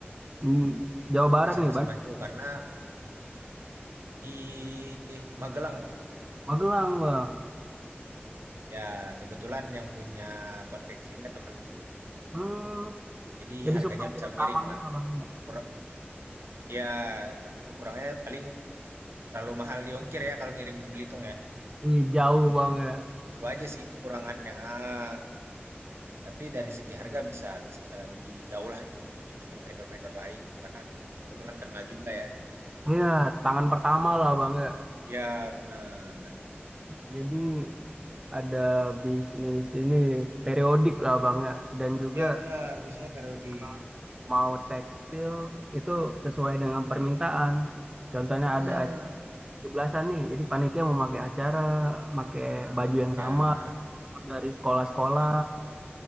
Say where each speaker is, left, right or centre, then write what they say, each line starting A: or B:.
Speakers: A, on the right; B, on the right.
A: Hmm, Jawa Barat
B: Ya sama-sama
A: nih bang,
B: itu karena di Magelang, Bang.
A: Magelang bang.
B: Ya kebetulan yang punya konveksinya temanku.
A: Hmm,
B: Jadi
A: jadi
B: harganya
A: supplier
B: bisa
A: utamanya
B: miring lah.
A: lah bang.
B: Kur- ya, tapi kekurangannya paling terlalu mahal di ongkir ya kalau ngirim ke Belitung ya.
A: Ih, jauh bang ya.
B: Itu aja sih kekurangannya. Ah, Tapi dari segi harga bisa bisa eh, lebih jauh lah gitu dibandingkan vendor-vendor lain gitu karena kebetulan kenal juga ya.
A: Iya, tangan pertama lah bang ya.
B: Iya benar.
A: Jadi ada bisnis ini periodik lah Bang ya dan juga
B: Iya benar, bisnisnya periodik.
A: eh, mau tekstil itu sesuai dengan permintaan. Contohnya
B: Hmm.
A: ada acara 17-an nih, jadi panitia mau pakai acara, pakai baju yang
B: Ya,
A: sama dari sekolah-sekolah.
B: ah,